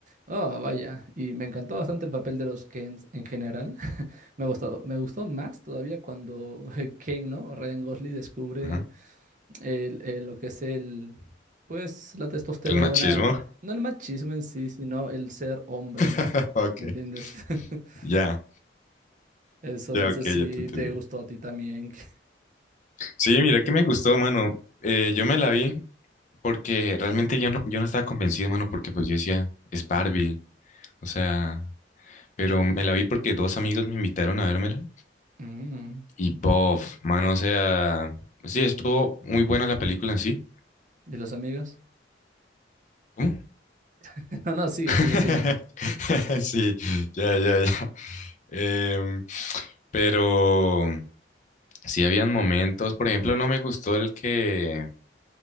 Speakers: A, on the right (about 45°); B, on the left (about 45°).
A: oh, vaya, y me encantó bastante el papel de los Kens en general. Me gustó, me gustó más todavía cuando <laughs> Ken, ¿no? Ryan Gosling descubre
B: ajá.
A: el- el- lo que es el, pues, la testosterona,
B: El machismo.
A: no el machismo en sí, sino el ser hombre, ¿no?
B: <laughs> Ok,
A: ¿Me entiendes? <laughs>
B: ya,
A: Eso
B: ya,
A: no
B: ok,
A: sé si
B: ya te entendí.
A: te gustó a ti también. que-
B: Sí, mira que me gustó, mano. Eh, yo me la vi porque realmente yo no, yo no estaba convencido, mano, porque pues yo decía, es Barbie. O sea, pero me la vi porque dos amigos me invitaron a vérmela.
A: Mm,
B: Y bof, mano, o sea, sí, estuvo muy buena la película en sí.
A: ¿De los amigos?
B: ¿Cómo?
A: <laughs> No, no, sigue,
B: <laughs>
A: sigue, sigue.
B: Sí, ya, ya, ya. Em, pero sí habían momentos, por ejemplo, no me gustó el que